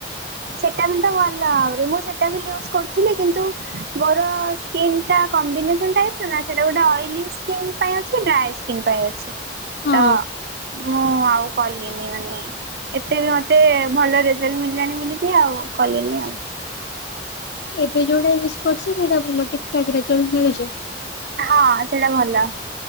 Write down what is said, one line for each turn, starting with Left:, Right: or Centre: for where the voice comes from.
Right: ସେଟା ବି ତ ଭଲ ଆହୁରି ମୁଁ ସେଟାଫିଲ ୟୁଜ କରୁଥିଲି କିନ୍ତୁ ମୋର ସ୍କିନ ଟା କମ୍ବିନେସ ଟାଇପର ନା ସେଟା ଗୋଟେ ଅଏଲ ସ୍କିନ୍ ପାଇଁ ଅଛି ଡ୍ରାଏ ସ୍କିନ୍ ପାଇଁ ଅଛି।
Left: ହଁ
Right: ତ ମୁଁ ଆଉ କଲିନି ମାନେ ଏତେ ବି ମତେ ଭଲ ରେଜଲ୍ଟ ମିଳିଲାନି ବୋଲି କି ଆଉ କଲିନି ଆଉ
Left: ସେ ଯୋଉଟା ୟୁଜ୍ କରୁଚି ସେଟା ଭଲ ଠିକଠାକ ରେଜଲ୍ଟ ମିଳୁଛି।
Right: ହଁ ସେଟା ଭଲ।